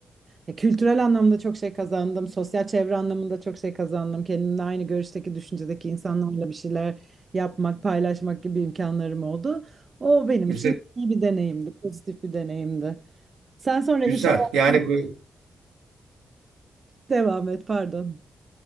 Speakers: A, on the right (about 45°); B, on the right (about 85°).
A: e, kültürel anlamda çok şey kazandım. Sosyal çevre anlamında çok şey kazandım. Kendimle aynı görüşteki, düşüncedeki insanlarla bir şeyler yapmak, paylaşmak gibi imkanlarım oldu. O benim
B: Güzel.
A: için iyi bir deneyimdi, pozitif bir deneyimdi. Sen sonra
B: Güzel.
A: iş hayatına
B: Yani bu
A: devam et, pardon.